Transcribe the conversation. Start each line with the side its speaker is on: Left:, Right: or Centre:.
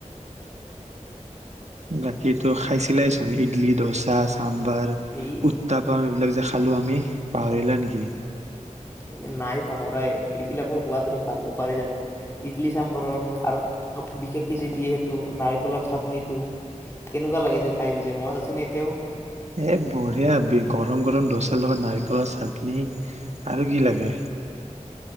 Right: বাকী তো খাইছিলাই চোন ইডলি দচা চাম্বাৰ।
Left: এই
Right: তাপা এইবিলাক যে খালো আমি পাহৰিলাই নেকি।
Left: এই নাই পাহৰাই এইবিলাকৰ সোৱাদ আৰু পঢ়িব পাৰে জানো। ইডলি চাম্বৰৰ আৰু বিশেষ কেজি দিয়ে সেইটো নাৰিকলৰ চাটনিটো কেনেকুৱা লাগিছিল খাই পিছে মনত আছে ন এতিয়াও।
Right: এই বঢ়িয়া বিষ গৰম গৰম দচাৰ লগত নাৰিকলৰ চাটনি আৰু কি লাগে।